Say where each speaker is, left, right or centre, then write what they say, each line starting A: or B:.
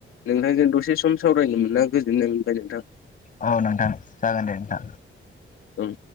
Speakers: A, on the left; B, on the left.
A: नोंथांजों दसे सम सावरायनो मोना गोजोननाय मोनबाय नोंथां।
B: औ नोंथां जागोन दे नोंथां
A: ओं।